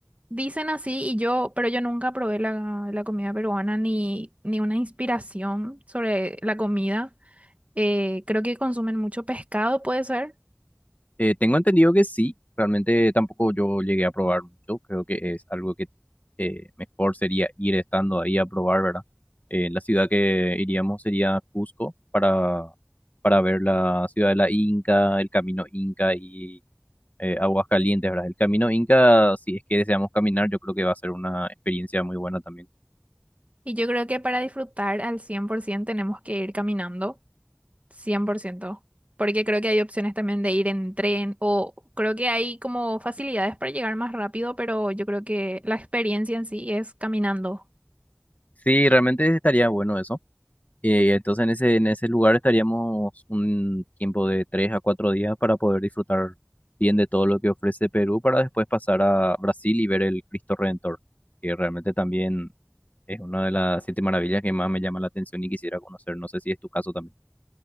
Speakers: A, on the right; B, on the left.
A: dicen así y yo, pero yo nunca probé la, la comida peruana ni, ni una inspiración sobre la comida. Eh, creo que consumen mucho pescado, puede ser.
B: Eh, tengo entendido que sí, realmente tampoco yo llegué a probar mucho, creo que es algo que eh, mejor sería ir estando ahí a probar, ¿verdad? Eh, la ciudad que iríamos sería Cusco para, para ver la ciudad de la Inca, el camino Inca y eh, aguas calientes, ¿verdad? El camino Inca, si es que deseamos caminar, yo creo que va a ser una experiencia muy buena también.
A: Y yo creo que para disfrutar al 100% tenemos que ir caminando, cien por ciento Porque creo que hay opciones también de ir en tren o creo que hay como facilidades para llegar más rápido, pero yo creo que la experiencia en sí es caminando.
B: Sí, realmente estaría bueno eso. Eh, entonces en ese, en ese lugar estaríamos un tiempo de tres a cuatro días para poder disfrutar bien de todo lo que ofrece Perú para después pasar a Brasil y ver el Cristo Redentor, que realmente también es una de las siete maravillas que más me llama la atención y quisiera conocer. No sé si es tu caso también.